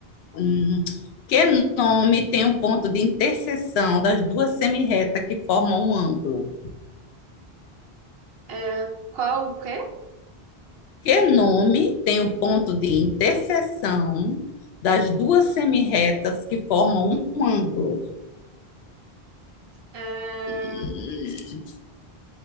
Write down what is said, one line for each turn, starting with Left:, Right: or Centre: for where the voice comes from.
Left: Hum, que nome tem um ponto de interseção das duas semirretas que formam um ângulo?
Right: É, qual o quê?
Left: Que nome tem um ponto de interseção das duas semirretas que formam um ângulo?
Right: É,
Left: Hum,